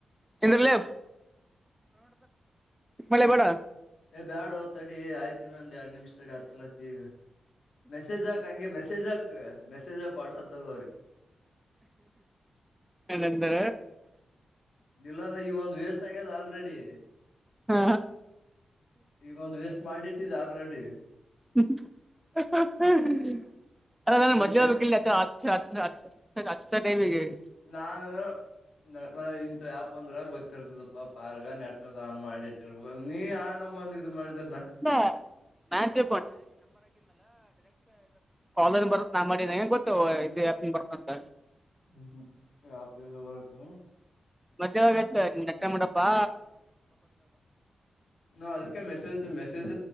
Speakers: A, in the centre; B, on the left.
A: ಎಂದ್ರಲ್ಲ ಮಳೆ ಬೇಡ
B: ಏ ಬ್ಯಾಡೊ ತಡಿ ಆಯ್ತಿನ ಒಂದ ಎರಡು ನಿಮಿ್ ತಡೆ ಹತ್ ಚಲತ್ತತಿ ಈಗ ಮೆಸೇಜ್ ಹಾಕ್ ಹಂಗೆ ಮೆಸೇಜ್ ಹಾಕ್ ಮೆಸೇಜ್ ಹಾಕು ವಾಟ್ಸಆಪ್ ದಾಗ
A: ಇಲ್ಲಂದ್ರ
B: ಇಲ್ಲಾಂದ್ರೆ ಈವ ಒಂದಂದು ವೇಸ್ಟ್ ಆಗ್ಯದ ಆಲ್ರೆಡಿ
A: ಹಾ
B: ಈಗೊಂದು ವೆಸ್ಟ್ ಮಾಡಿಟ್ಟಿದ್ದ ಅಲ್ರೆಡಿ
A: ಹ್ಮ <unintelligible>
B: ಅದಕ್ಕೆ
A: ಗಚ್ತಾ ಟೈಮಿಗೆಗೆ <unintelligible>
B: ನಾನ ಇಂತ ಯಾಪ ಅಂದ್ರ ಗೊತ್ತಿರ್ತದಪ್ಪಾ ಪಾರ್ಗ ನೆಟ್ ಅದು ಮಾಡಿ ಇಟ್ಟಿರ್ಬೇಕ ನೀ ಆ ನಮ್ಮಂದ ಇದ್ ಮಾಡಿದ
A: <unintelligible> ಡೈರೆಕ್ಟ್ ಕಾಲ ಬರುತ್ತ ನಾ ಮಾಡಗೆ ಗೊತ್ತು ಯ ಬರುತ್ತ ಅಂತ
B: ಹ್ಮ್ಮ್ ಆದಖಬರ್ತ
A: ಮದ್ ಆಾಗಾಯತ ನಟ ಮಾಡಡಪಾ
B: ನಾ ಅದಕ್ಕೆ ಮೆಸೇಜ್ ಮೆಸೇಜ್